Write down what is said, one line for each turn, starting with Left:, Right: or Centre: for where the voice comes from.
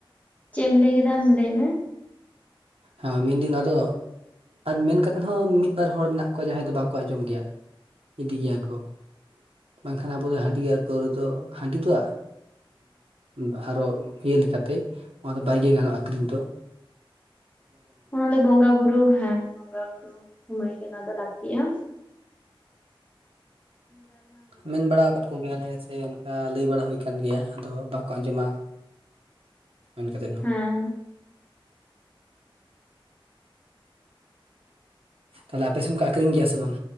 Left: ᱪᱮᱫ ᱮᱢ ᱞᱟᱹᱭ ᱠᱮᱫᱟ ᱟᱢ ᱞᱟᱹᱭ ᱢᱮ?
Right: ᱦᱮᱸᱻ ᱢᱮᱱᱫᱟᱹᱧ ᱱᱚᱣᱟ ᱫᱚ ᱢᱮᱱ ᱠᱟᱛᱮᱫ ᱦᱚᱸ ᱢᱤᱫ ᱵᱟᱨ ᱦᱚᱲ ᱢᱮᱱᱟᱜ ᱠᱚᱣᱟ ᱡᱟᱦᱟᱸᱭ ᱫᱚ ᱵᱟᱠᱚ ᱟᱸᱡᱚᱢ ᱜᱮᱭᱟ᱾ ᱤᱫᱤ ᱜᱮᱭᱟ ᱠᱚ᱾ ᱵᱟᱝᱠᱷᱟᱱ ᱟᱵᱚ ᱫᱚ ᱦᱟᱺᱰᱤ ᱟᱨ ᱯᱟᱹᱣᱨᱟᱹ ᱫᱚ, ᱦᱟᱺᱰᱤ ᱫᱚ ᱩᱸᱻᱟᱨᱚ ᱤᱭᱟᱹ ᱞᱮᱠᱟᱛᱮ ᱚᱱᱟ ᱫᱚ ᱵᱟᱭ ᱜᱮ ᱜᱟᱱᱚᱜᱼᱟ ᱟᱠᱷᱨᱤᱧ ᱫᱚ᱾
Left: ᱚᱱᱟ ᱫᱚ ᱵᱚᱸᱜᱟ ᱵᱩᱨᱩ ᱦᱮᱸ ᱵᱚᱸᱜᱟ ᱵᱩᱨᱩ ᱥᱚᱢᱚᱭ ᱜᱮ, ᱚᱱᱟ ᱫᱚ ᱞᱟᱹᱠᱛᱤ᱾ ᱯᱤᱭᱟᱢ
Right: ᱢᱮᱱ ᱵᱟᱲᱟ ᱟᱠᱟᱫ ᱠᱚᱜᱮᱭᱟᱞᱮ ᱥᱮ ᱚᱱᱠᱟ ᱠᱟ ᱞᱟᱹᱭ ᱵᱟᱲᱟ ᱦᱩᱭ ᱠᱟᱱ ᱜᱮᱭᱟ, ᱟᱫᱚ ᱵᱟᱠᱚ ᱟᱸᱡᱚᱢᱟ ᱢᱮᱱ ᱠᱟᱛᱮᱫ ᱦᱚᱸ᱾
Left: ᱦᱮᱸ
Right: ᱛᱟᱦᱚᱞᱮ ᱟᱯᱮᱥᱮᱱ ᱠᱚ ᱟᱠᱷᱨᱤᱧ ᱜᱮᱭᱟ ᱥᱮ ᱵᱟᱝ?